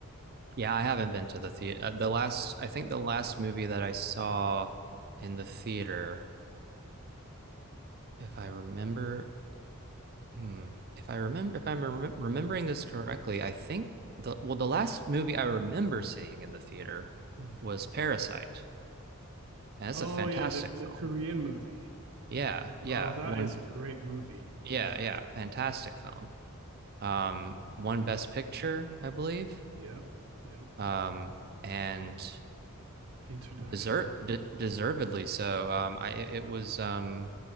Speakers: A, on the right; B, on the right.
A: yeah. I haven't been to the theater. Uh, the last, I think the last movie that I saw in the theater, if I remember, hmm, if I remember, if I'm rem remembering this correctly, I think the, well, the last movie I remember seeing in the theater
B: Hmm.
A: was Parasite, and it's
B: Oh
A: a fantastic
B: yeah, the the
A: film.
B: Korean movie.
A: Yeah, yeah,
B: Oh, that
A: one,
B: is a great movie.
A: yeah,
B: Yeah,
A: yeah, fantastic
B: yeah,
A: film. Um, one Best Picture, I believe.
B: yeah. yeah.
A: Um, and
B: International.
A: desert de deservedly so. Um, I it it was um,